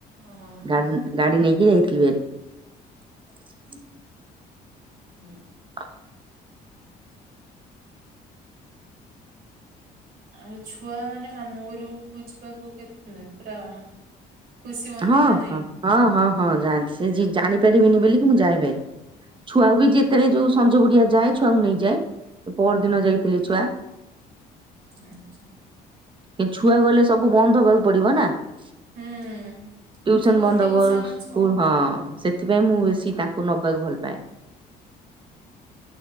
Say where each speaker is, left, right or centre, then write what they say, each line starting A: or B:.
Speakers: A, on the right; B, on the right.
A: ହୋ ହୋ
B: ଗା ଗାଡ଼ି ନେଇକି ଯାଇଥିଲି ଭାରି।
A: ହୁଁ।
B: <inaudible>
A: ଆଉ ଛୁଆ ମାନେ ମାମୁଁ ଘରକୁ ଯିବାକୁ କେତେଦିନି ପୁରା ଖୁସି ହୁଅନ୍ତି
B: ହଁ
A: ନା ନାଇଁ?
B: ହଁ ହଁ ହଁ ହଁ ଯାଆନ୍ତି ସେ ଜାଣି ପାରିବେନି ବୋଲିକି ମୁଁ ଯାଏ ଭାରି। ଛୁଆ ବି ଯେତେବେଳେ ଯୋଉ ସଞ୍ଜ ବେଳୁଆ ଯାଏ ଛୁଆଙ୍କୁ ନେଇଯାଏ ପହଦିନ ଯାଇଥିଲେ ଛୁଆ।
A: ଆଚ୍ଛା।
B: ଏ ଛୁଆ ଗଲେ ସବୁ ବନ୍ଦ ହବାକୁ ପଡ଼ିବ ନାଁ। ଟ୍ୟଉସନ୍
A: ହୁଁ ସ୍କୁଲ
B: ବନ୍ଦ
A: ଟିଉସନ
B: ହବ ସ୍କୁଲ
A: ସବୁ
B: ହଁ ସେ ସେଥିପାଇଁ ମୁଁ ବେଶୀ ତାଙ୍କୁ ନବାକୁ ଭଲ ପାଏନି।